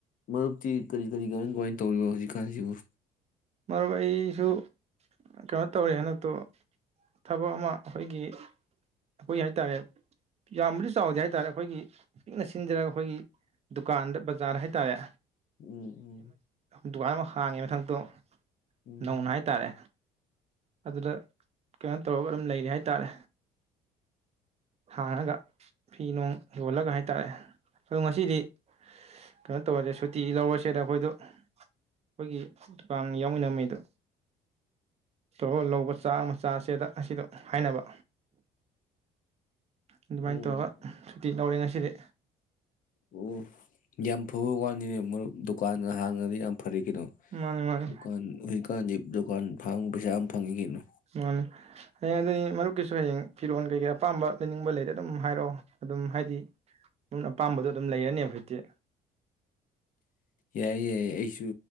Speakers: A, on the left; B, on the right.
A: ꯃꯔꯨꯞꯇꯤ ꯀꯔꯤ ꯀꯔꯤ ꯀꯃꯥꯏ ꯀꯃꯥꯏꯅ ꯇꯧꯔꯤꯕ ꯍꯧꯖꯤꯛꯀꯥꯟꯖꯤꯕꯨ?
B: ꯃꯔꯨꯞ ꯑꯩꯁꯨ ꯀꯩꯅꯣ ꯇꯧꯔꯦ ꯍꯟꯗꯛꯇꯣ ꯊꯕꯛ ꯑꯃ ꯑꯩꯈꯣꯏꯒꯤ ꯑꯩꯈꯣꯏꯒꯤ ꯍꯥꯏ ꯇꯥꯔꯦ ꯌꯥꯝꯕꯨꯗꯤ ꯆꯥꯎꯗꯦ ꯍꯥꯏ ꯇꯥꯔꯦ ꯑꯩꯈꯣꯏꯒꯤ ꯄꯤꯛꯅ ꯁꯤꯟꯖꯔꯒ ꯑꯩꯈꯣꯏꯒꯤ ꯗꯨꯀꯥꯟꯗ ꯕꯖꯥꯔꯗ ꯍꯥꯏ ꯇꯥꯔꯦ
A: ꯎꯝ ꯎꯝ
B: ꯗꯨꯀꯥꯟ ꯑꯃ ꯍꯥꯡꯉꯦ ꯃꯊꯛꯇꯣ
A: ꯎꯝ
B: ꯅꯧꯅ ꯍꯥꯏꯇꯥꯔꯦ ꯑꯗꯨꯗ ꯀꯩꯅꯣ ꯇꯧꯔꯒ ꯑꯗꯨꯝ ꯂꯩꯔꯤ ꯍꯥꯏ ꯇꯥꯔꯦ ꯍꯥꯡꯉꯒ ꯐꯤ ꯅꯨꯡ ꯌꯣꯜꯂꯒ ꯍꯥꯏ ꯇꯥꯔꯦ ꯑꯗꯣ ꯉꯁꯤꯗꯤ ꯀꯩꯅꯣ ꯇꯧꯔꯁꯦ ꯁꯨꯇꯤ ꯂꯧꯔꯁꯦꯗ ꯑꯩꯈꯣꯏꯗ ꯑꯩꯈꯣꯏꯒꯤ ꯗꯨꯀꯥꯟ ꯌꯥꯎꯃꯤꯟꯅ ꯃꯤꯗꯨ ꯇꯔꯣ ꯂꯧꯕ ꯆꯥꯛ ꯃꯆꯥꯁꯦꯗ ꯑꯁꯤꯗꯣ ꯍꯥꯏꯅꯕ ꯑꯗꯨꯃꯥꯏꯅ
A: ꯎꯝ ꯑꯣ
B: ꯇꯧꯔꯒ ꯁꯨꯇꯤ ꯂꯧꯔꯦ ꯉꯁꯤ ꯁꯤꯗꯤ
A: ꯑꯣ ꯌꯥꯝ ꯐꯕ ꯋꯥꯅꯤꯅꯦ ꯃꯔꯨꯞ ꯗꯨꯀꯥꯟ ꯍꯥꯡꯉꯗꯤ ꯌꯥꯝ ꯐꯔꯦ ꯀꯩꯅꯣ
B: ꯃꯥꯅꯤ ꯃꯥꯅꯤ
A: ꯗꯨꯀꯥꯟ ꯍꯧꯖꯤꯛꯀꯥꯟꯖꯦ ꯗꯨꯀꯥꯟ ꯐꯥꯡꯕ ꯄꯩꯁꯥ ꯑꯃ ꯐꯪꯉꯤ ꯀꯩꯅꯣ
B: ꯎ ꯍꯌꯦꯡ ꯑꯗꯨꯗꯤ ꯃꯔꯨꯞꯀꯤꯁꯨ ꯍꯌꯦꯡ ꯐꯤꯔꯣꯟꯜ ꯀꯩꯀꯩ ꯑꯄꯥꯝꯕ ꯂꯩꯅꯤꯡꯕ ꯂꯩꯔ ꯑꯗꯨꯝ ꯍꯥꯏꯔꯛꯑꯣ ꯑꯗꯨꯝ ꯍꯥꯏꯗꯤ ꯃ ꯑꯄꯥꯝꯕꯗꯣ ꯑꯗꯨꯝ ꯂꯩꯔꯅꯦꯕ ꯍꯧꯖꯤꯛꯇꯤ
A: ꯌꯥꯏ ꯌꯥꯏꯌꯦ ꯑꯩꯁꯨ